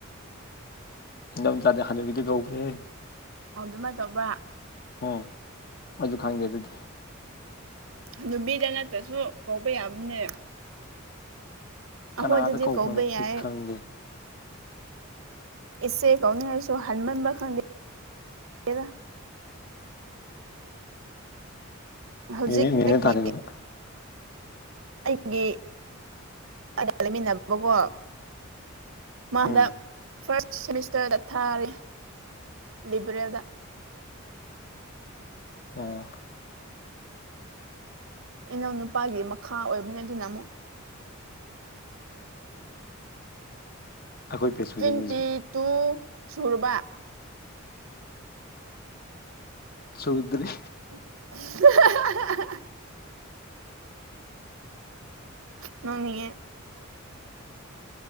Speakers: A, on the left; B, on the right.
A: ꯏꯗꯣꯝꯆꯥꯗꯤ ꯍꯅꯨꯕꯤꯗ ꯀꯧꯈ꯭ꯔꯦꯍꯦ꯫
B: ꯑꯗꯨꯃꯥꯏꯅ ꯇꯧꯕ꯭ꯔꯥ꯫
A: ꯎꯝ ꯑꯩꯁꯨ ꯈꯪꯗꯦ ꯑꯗꯨꯗꯤ꯫
B: ꯅꯨꯄꯤꯗ ꯅꯠꯇ꯭ꯔꯁꯨ ꯀꯧꯕ ꯌꯥꯕꯅꯦ꯫ ꯑꯩꯈꯣꯏꯗꯗꯤ
A: ꯀꯅꯥꯗ ꯀꯧꯕꯅꯣꯗꯤ
B: ꯀꯧꯕ ꯌꯥꯏꯌꯦ꯫
A: ꯈꯪꯗꯦ
B: ꯏꯆꯦ ꯀꯧꯅꯤꯉꯥꯏꯁꯨ ꯍꯟꯃꯟꯕ꯭ꯔꯥ ꯈꯪꯗꯦꯗ꯫ ꯍꯧꯖꯤꯛ
A: ꯅꯤꯅꯦ ꯅꯤꯅꯦ
B: ꯑꯩꯒꯤ
A: ꯇꯥꯔꯦꯑꯗꯨꯗꯤ꯫
B: ꯑꯩꯒꯤ <inaudible> ꯂꯩꯃꯤꯟꯅꯕꯀꯣ꯫ ꯃꯥꯍꯟꯗꯛ
A: ꯎꯝ
B: ꯐꯥꯔꯁ꯭ꯠ ꯁꯦꯃꯤꯁꯇꯔꯗ ꯊꯥꯔꯤ ꯂꯤꯕꯔꯦꯜꯗ꯫
A: ꯑꯣ꯫
B: ꯏꯅꯥꯎ ꯅꯨꯄꯥꯒꯤ ꯃꯈꯥ ꯑꯣꯏꯕꯅꯤ ꯑꯗꯨꯅ ꯑꯃꯨꯛ꯫
A: ꯑꯩꯈꯣꯏ ꯕꯦꯁ ꯑꯣꯏꯗꯣꯏꯅꯦ
B: ꯇ꯭ꯋꯦꯟꯇꯤ
A: ꯍꯧꯖꯤꯛ
B: ꯇꯨ ꯁꯨꯔꯕ꯫
A: ꯁꯨꯗꯔꯤ꯫
B: <unintelligible> ꯅꯣꯛ ꯅꯤꯡꯉꯦ꯫